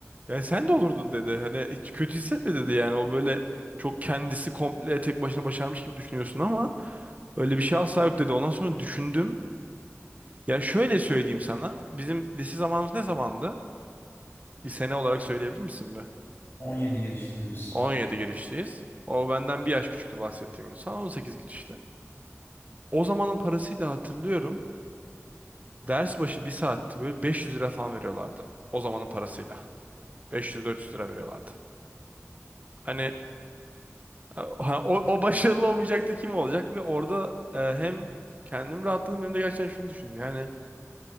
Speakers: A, on the right; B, on the left.
A: yani sen de olurdun dedi. Hani hiç kötü hissetme dedi yani o böyle çok kendisi komple tek başına başarmış gibi düşünüyorsun ama öyle bir şey asla yok dedi. Ondan sonra düşündüm. Ya şöyle söyleyeyim sana. Bizim lise zamanımız ne zamandı? Bir sene olarak söyleyebilir misin be?
B: 17 girişliyiz biz.
A: 17 girişliyiz. O benden bir yaş küçüktü bahsettiğim insan. 18 girişli. O zamanın parasıyla hatırlıyorum. Ders başı bir saatti böyle 500 lira falan veriyorlardı. O zamanın parasıyla. 500-400 lira veriyorlardı. Hani e, ha, o, o başarılı olmayacak da kim olacak? Ve orada e, hem kendim rahatladım hem de gerçekten şunu düşündüm. Yani